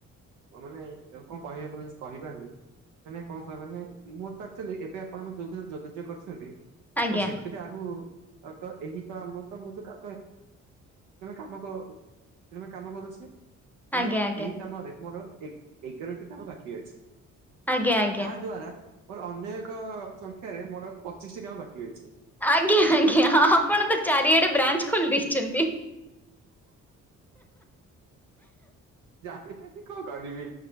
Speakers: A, on the right; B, in the centre.
A: ମୁଁ ମାନେ ଏ କଣ, କହିବେ ଆପଣ ଙ୍କୁ କହି ପାରୁନି? ମାନେ କଣ କହ ମାନେ ମୁଁ ତ ଆକଚୁଆଲି, ଏବେ ଆପଣ ମତେ ଯୋଉଁଥିରେ ଯୋଗା ଯୋଗ କରିଛନ୍ତି
B: ଆଜ୍ଞା
A: । ଓ ସେଥିରେ, ଆଗୁ ତ ଏହି ତ ଆମ ତ ମୁଁ ଯଉ କ କାମ କାମ କରୁଛି <unintelligible> ତ
B: ଆଜ୍ଞା
A: ମୋର
B: ଆଜ୍ଞା।
A: ଏହି କାମରେ, ମୋର ଏ, ଏଗାରଟି କାମ ବାକି ଅଛି।
B: ଆଜ୍ଞା, ଆଜ୍ଞା
A: ତା
B: ।
A: ଦ୍ଵାରା ମୋର ଅନ୍ୟ ଏକ ସଂଖ୍ୟାରେ, ମୋର ପଚିଶିଟି କାମ ବାକି ଅଛି।
B: ଆଜ୍ଞା, ଆଜ୍ଞା ।ଆପଣ ତ ଚାରିଆଡେ, ବ୍ରାଞ୍ଚ ଖୋଲି ଦେଇେଇଛନ୍ତି।
A: କେମିତି କଣ, କରିବି?